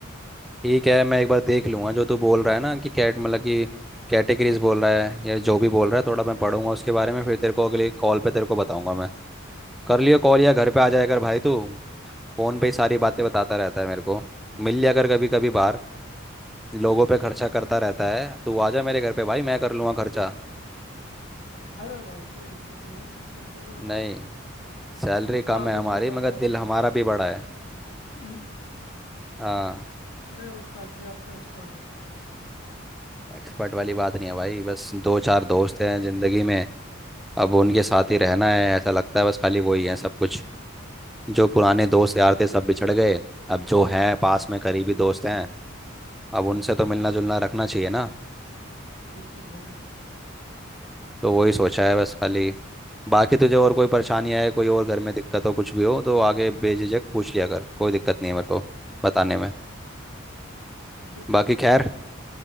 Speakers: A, in the centre; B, on the left.
A: ठीक है मैं एक बार देख लूँगा जो तू बोल रहा है ना कि कैट मतलब कि कैटेगरीज बोल रहा है या जो भी बोल रहा है थोड़ा मैं पढ़ूंगा उसके बारे में फिर तेरे को अगले कॉल पे तेरे को बताऊंगा मैं कर लियो कॉल या घर पे आ जाया कर भाई तू फोन पे ही सारी बातें बताता रहता है मेरे को मिल लिया कर कभी कभी बाहर लोगों पे खर्चा करता रहता है तू आ जा मेरे घर पे भाई मैं कर लूँगा खर्चा
B: अरे भाई कोई दिक्कत नहीं है खर्चे वर्चे की वो
A: नहीं
B: तो
A: सैलरी
B: प्यार
A: कम है
B: मोहब्बत
A: हमारी
B: वाली
A: मगर
B: बात
A: दिल
B: है
A: हमारा
B: बस
A: भी बड़ा है
B: <laughs>
A: हाँ
B: अरे उस्ताद जी आप तो एक्सपर्ट हो
A: एक्सपर्ट वाली बात नहीं है भाई बस दो चार दोस्त हैं जिंदगी में अब उनके साथ ही रहना है ऐसा लगता है बस खाली वही है सब कुछ जो पुराने दोस्त यार थे सब बिछड़ गए अब जो हैं पास में करीबी दोस्त हैं अब उनसे तो मिलना जुलना रखना चाहिए ना
B: बिल्कुल भाई बिल्कुल
A: तो वही सोचा है बस खाली बाकी तुझे और कोई परेशानी आए कोई और घर में दिक्कत हो कुछ भी हो तो आगे बेझिझक पूछ लिया कर कोई दिक्कत नहीं है मेरे को बताने में
B: बिल्कुल
A: बाकी
B: पूछ
A: खैर
B: लूंगा भाई